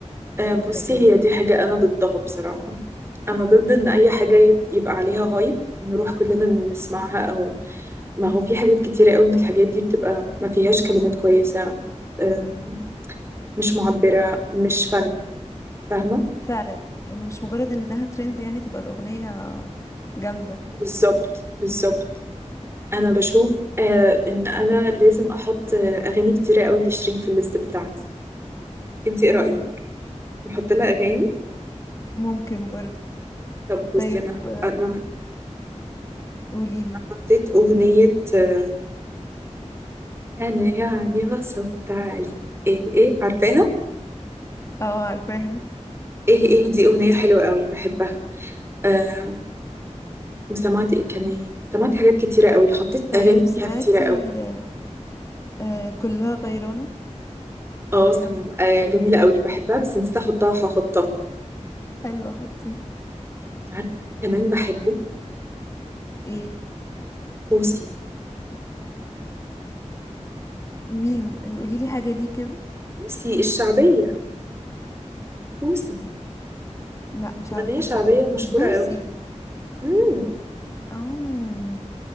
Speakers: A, on the right (about 20°); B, on the left (about 25°).
A: آه، بصي
B: لكن
A: هي دي حاجة أنا ضدها بصراحة أنا
B: اه
A: ضد إن أي حاجة ي- يبقى عليها هايب نروح كلنا نسمعها أو ما هو في حاجات كتيرة قوي من الحاجات دي بتبقى ما فيهاش كلمات كويسة آم، مش معبرة مش فن فاهمة؟
B: فعلا مش مجرد انها ترند يعني تبقى الاغنية جامدة
A: بالظبط بالظبط انا بشوف آه ان انا لازم احط آه اغاني كتيره قوي لشيرين في الليست بتاعتي انت ايه
B: مم.
A: رايك نحط لها اغاني
B: ممكن برضو
A: طب بصي
B: طيب
A: انا
B: آه،
A: انا
B: قوليلي
A: حطيت اغنيه آه انا يعني غصبت عليك ايه ايه عارفاها
B: اه عارفاها
A: ايه ايه دي اغنيه حلوه قوي بحبها آه وسمعت ايه كمان سمعت حاجات كتيره قوي حطيت
B: طيب
A: اغاني
B: سمعتي
A: فيها كتيره قوي
B: آه، آه، كلها غيرانة
A: اه سم... آه جميله قوي بحبها بس نسيت احطها هحطها
B: حلوة حطيها
A: عارفه كمان بحبه
B: ايه
A: بوسي
B: مين آه، قوليلي حاجة ليه كده
A: بوسي الشعبيه بوسي
B: لا مش عارفة
A: أغنية شعبية
B: بصراحة
A: مشهورة
B: بوسي
A: قوي امم
B: اه